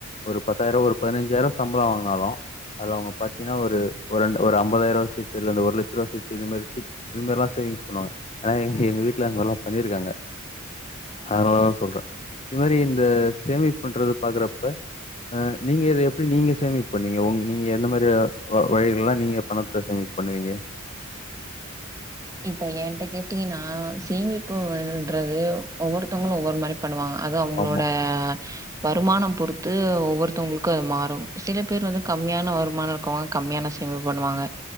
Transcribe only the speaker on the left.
ஒரு பத்தாயிரம் ஒரு பதினஞ்சாயிரம் சம்பளம் வாங்குனாலும் அது அவுங்க பாத்தீங்கன்னா ஒரு ஒரு ரெண்டு ஒரு ஐம்பதாயிரூபா சீட்டு இல்ல இந்த ஒரு லட்ச ரூபா சீட்டு இது மாரி சீ்ட்டு இது மாதிரில்லாம் சேவிங்ஸ் பண்ணுவாங்க ஆனா எங்க எங்க வீட்டுல அந்த மாதிரிலாம் பண்ணியிருக்காங்க அதனாலதா சொல்ற இது மாரி இந்த சேமிப்புன்றத பாக்குறப்ப அ நீங்க இத எப்படி நீங்க சேமிப்பு பண்ணுவீங்க உங்க நீங்க எந்த மாதிரி வழிகள்ல்லாம் நீங்க பணத்த சேமிப்பு பண்ணுவீங்க
ஆமா.